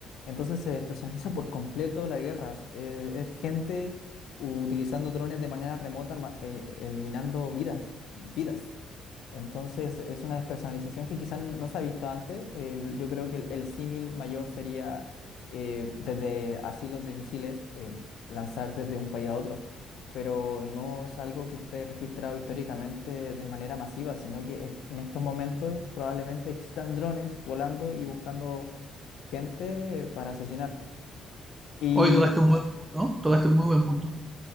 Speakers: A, on the left (about 60°); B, on the right (about 20°).
A: Entonces se despersonaliza por completo la guerra. Eh, es gente utilizando drones de manera remota, ma- eh, eliminando vidas, vidas. Entonces es una despersonalización que quizás no se ha visto antes. Eh, yo creo que el, el símil mayor sería eh, desde asilos de misiles eh, lanzar desde un país a otro, pero no es algo que esté registrado históricamente de manera masiva, sino que es- en estos momentos probablemente existan drones volando y buscando gente para asesinar. Y
B: Hoy tocaste un muy buen punto, ¿no? Tocaste un muy buen punto.